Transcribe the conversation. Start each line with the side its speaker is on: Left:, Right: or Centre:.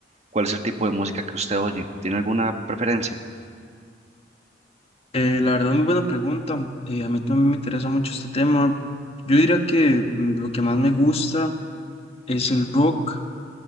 Right: ¿Cuál es el tipo de música que usted oye? ¿Tiene alguna preferencia?
Left: Eh, la verdad, muy buena pregunta. Eh, a mí también me interesa mucho este tema. Yo diría que mm, lo que más me gusta es el rock,